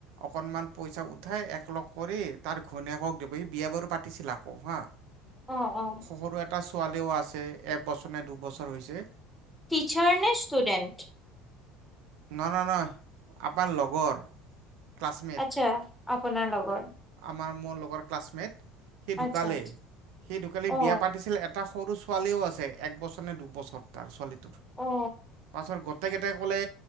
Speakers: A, on the right; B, in the centre.
A: অকণমান পইচা উঠাই একলগ কৰি তাৰ ঘণীয়েকক দিব সি বিয়া বাৰু পাতিছিল আকৌ হা।
B: আহ অ'।
A: সৰু এটা ছোৱালীও আছে এবছৰ নে দুবছৰ হৈছে।
B: টিচাৰ নে ষ্টুডেণ্ট?
A: ন ন নয় আমাৰ লগৰ। ক্লাছমেট
B: আচ্ছা আ আপোনাৰ লগত।
A: আমাৰ, মোৰ লগৰ ক্লাছমেট। সি
B: আচ্ছা
A: ঢোকালেই,
B: আচ্ছা
A: সি ঢোকালি
B: অ
A: বিয়া পাতিছিল এটা সৰু ছোৱালীও আছে, একবছৰ নে দুবছৰ তাৰ ছোৱালী।
B: অ
A: পাছৰ গত গোটেই কেইটাই কলে